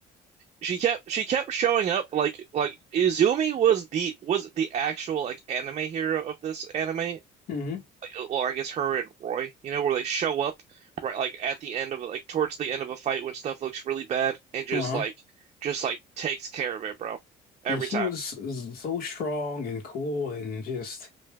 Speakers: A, on the right; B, on the left.
A: She kept she kept showing up like like Izumi was the was the actual like anime hero of this anime. Like,
B: hmm
A: or I guess her and Roy, you know, where they show up right like at the end of like towards the end of a fight when stuff looks really bad and just
B: Uh-huh.
A: like just like takes care of it, bro. Every
B: And she
A: time.
B: was s- so strong and cool and just,